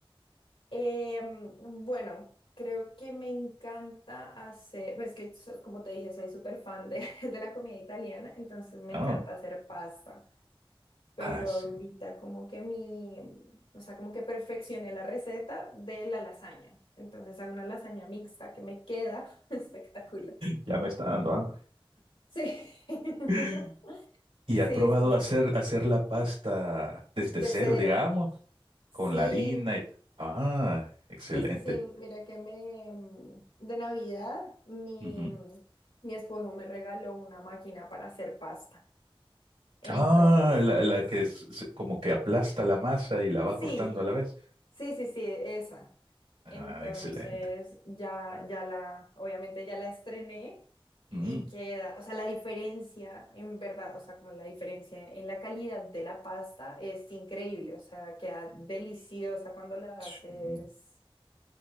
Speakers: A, on the left (about 75°); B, on the right (about 80°).
A: Em, bueno, creo que me encanta hacer, pues, es que so- como te dije, soy súper fan de, <laughs> de la comida italiana, entonces me
B: Ah,
A: encanta hacer pasta, pero
B: Ah, sí.
A: ahorita como que mi, o sea, como que perfeccioné la receta de la lasaña, entonces hago una lasaña mixta que me queda <laughs> espectacular.
B: Ya me está dando hambre.
A: Sí, <laughs>
B: <laughs> ¿Y
A: sí,
B: has probado
A: sí, sí,
B: hacer, hacer la pasta desde
A: de
B: cero,
A: cero,
B: digamos,
A: sí.
B: con la harina y... t- Ah, excelente.
A: Sí, sí, sí, mira que me, mm, de Navidad mi,
B: Ujú.
A: mm, mi esposo me regaló una máquina para hacer pasta. Entonces,
B: Ah, la, la que es es como que aplasta la masa y la va
A: sí,
B: cortando a la vez.
A: sí, sí, sí, esa.
B: Ah,
A: Entonces,
B: excelente.
A: ya, ya la, obviamente ya la estrené
B: Mm,
A: y queda, o sea, la diferencia en verdad, o sea, como la diferencia en la calidad de la pasta es increíble, o sea, queda deliciosa cuando la
B: sí,
A: haces,